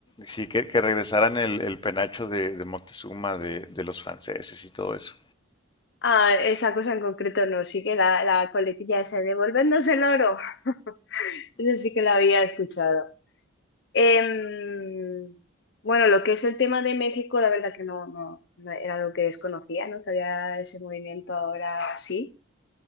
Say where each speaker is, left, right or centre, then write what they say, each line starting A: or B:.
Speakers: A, on the left; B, on the left.
A: sí, que, que regresaran el, el penacho de, de Moctezuma, de, de los franceses y todo eso.
B: Ah, esa cosa en concreto no, sí que la, la coletilla esa, de devolvernos el oro. <laughs> Eso sí que la había escuchado. Em, bueno, lo que es el tema de México, la verdad que no, no, no era algo que desconocía, ¿no? Que había ese movimiento ahora sí.